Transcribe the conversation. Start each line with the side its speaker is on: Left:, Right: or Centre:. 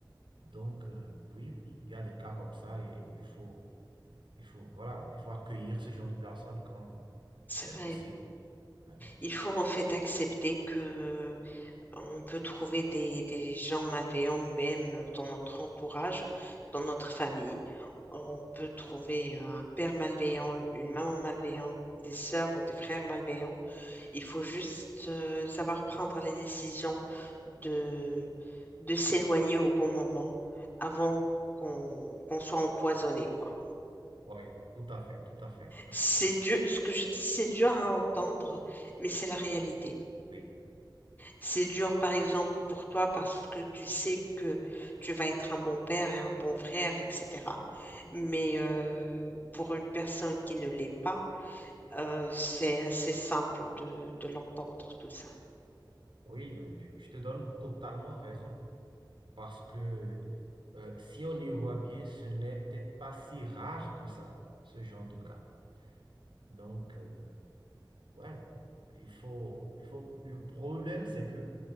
Right: Donc, euh, oui, oui, il y a des cas comme ça et il faut, il faut, voilà, il faut accueillir ce genre de personnes quand
Left: C'est
Right: c'est
Left: vrai.
Right: possible hein.
Left: Il faut en fait accepter que on peut trouver des, des gens malveillants même dans notre entourage, dans notre famille. On peut trouver euh, un père malveillant, une maman malveillante, des sœurs ou des frères malveillants. Il faut juste euh, savoir prendre les décisions de, de s'éloigner au bon moment avant qu'on qu'on soit empoisonné, quoi.
Right: Ouais, tout à fait, tout à fait. hein.
Left: C'est dur, ce que je dis, c'est dur à entendre, mais c'est la réalité.
Right: Oui,
Left: C'est dur, par exemple, pour toi parce que tu sais que tu vas être un bon père et un bon frère, etc.
Right: oui,
Left: Mais euh, pour une personne qui ne l'est pas, euh, c'est assez simple de de l'entendre, tout ça.
Right: oui, euh, je, je te donne totalement raison. Parce que euh, si on y voit bien, ce n'est peut-être pas si rare que ça, ce genre de cas. Donc, euh, Ouais, il faut, il faut. Le problème, c'est que